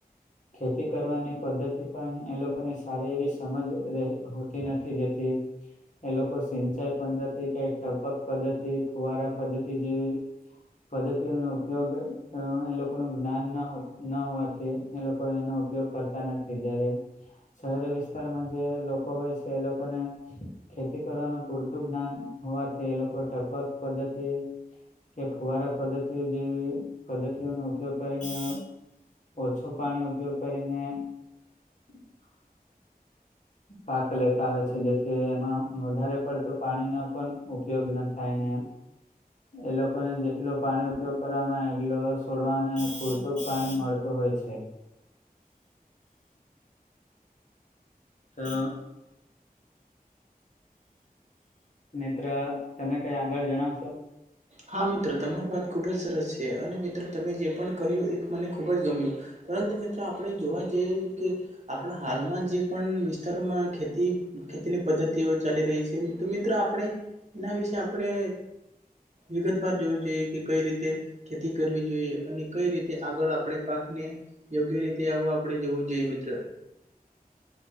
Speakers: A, on the left; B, on the right.
A: ખેતી કરવાની પદ્ધતિ. પણ એ લોકોને સારી એવી સમજ રહે હોતી નથી જેથી. એ લોકો સિંચાઈ પદ્ધતિ કે ટપક પદ્ધતિ ફુવારા પદ્ધતિ જેવી. પદ્ધતિઓનો ઉપયોગ એ લોકોનું જ્ઞાન ન ન હોવાથી. એ લોકો એનો ઉપયોગ કરતા નથી જયારે. શહેરી વિસ્તારમાં જે લોકો હોય છે એ લોકોને. ખેતી કરવાનું પૂરતું જ્ઞાન હોવાથી એ લોકો ટપક પદ્ધતિ. કે ફુવારા પદ્ધતિઓ જેવી. પદ્ધતિઓનો ઉપયોગ કરીને ઓછું પાણી ઉપયોગ કરીને. <inaudible> પાક લેતા હોય છે જેથી એમાં વધારે પડતું પાણીનો પણ ઉપયોગ ન થાય ને. એ લોકોને જેટલ પાણી ઉપયોગ કરવાવામાં આવે એટલો સોડવાને પૂરતું પાણી મળત. હોય છે. હા! મિત્ર તમે કઈ આગળ જણાવશો?
B: હા મિત્રો તમારી વાત ખુબ જ સરસ છે અને મિત્રો. તમે જે પણ કહ્યું એ મને ખૂબ જ ગમ્યું પરંતુ મિત્રો આપણે જોવા જઈ કે. આપણા હાલમાં જે પણ વિસ્તારોમાં ખેતી ખેતીની પદ્ધતિઓ ચાલી રહી છે, તો મિત્રો આપ. આપણે એના વિશે આપણે વિગત વાર જોવું જોઈએ કે કઈ રીતે. ખેતી કરવી જોઈએ અને કઈ રીતે આગળ આપણે પાકને. યોગ્ય રીતે આવું આપડણે જોવું જોઈએ મિત્ર.